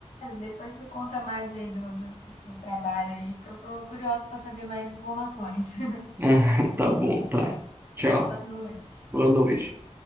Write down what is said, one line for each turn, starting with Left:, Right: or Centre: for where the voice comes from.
Left: Depois me conta mais aí do, do, do seu trabalho aí, porque eu tô curiosa para saber mais informações. <laughs>
Right: <laughs> Tá bom, tá. Tchau.
Left: Boa noite.
Right: Boa noite.